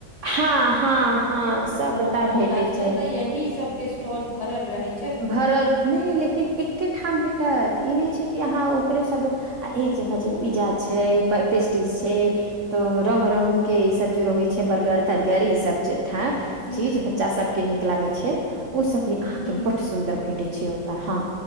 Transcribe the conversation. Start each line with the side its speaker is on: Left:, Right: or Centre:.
Right: हँ हँ हँ सबटा
Left: मोमोज
Right: भेटै
Left: आजकल
Right: छै
Left: तऽ यही सब के स्टॉल भरल रहे छैय।
Right: भरत नहि लेकिन एक ठाम भेटत ई नहि छैय कि अहाँ ओकरे सब आ एक जगह जे
Left: हूं
Right: पिज्जा छैय पेस्टि छैय तऽ रंग रंग के ई सब जे रहै छैय बर्गर तर्गर ई सब छैय। चीज
Left: हूं
Right: बच्चा सब के नीक लागे छैय ओ सब भी अहा
Left: हूं
Right: के बड सुंदर भेट टय छैय ओतऽ हँ